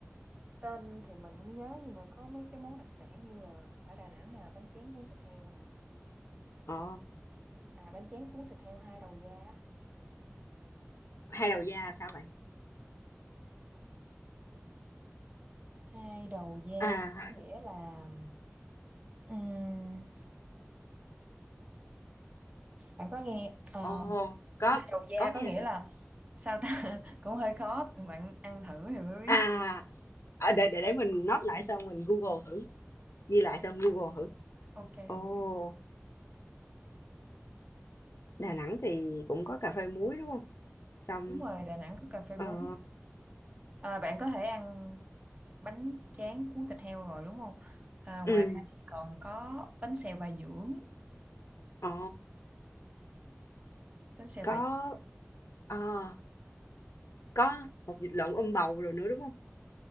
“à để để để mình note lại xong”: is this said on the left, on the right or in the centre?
Left